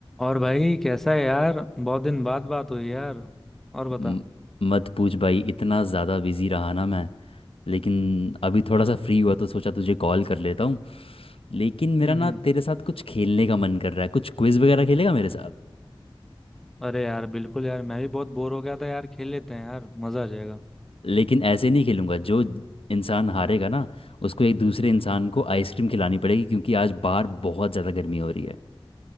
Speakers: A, in the centre; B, on the left.
A: और भाई कैसा है यार बहुत दिन बाद बात हुई यार और बता
B: म- मत पूछ भाई इतना ज़्यादा बिजी रहा ना मैं लेकिन अभी थोड़ा सा फ्री हुआ तो सोचा तुझे कॉल कर लेता हूँ लेकिन मेरा
A: हम्म
B: ना
A: हम्म
B: तेरे साथ कुछ खेलने का मन कर रहा है कुछ क्विज वगैरह खेलेगा मेरे साथ
A: अरे यार बिल्कुल यार मैं भी बहुत बोर हो गया था यार खेल लेते हैं यार मजा आ जाएगा
B: लेकिन ऐसे नहीं खेलूंगा जो इंसान हारेगा ना उसको एक दूसरे इंसान को आइसक्रीम खिलानी पड़ेगी क्योंकि आज बाहर बहुत ज़्यादा गर्मी हो रही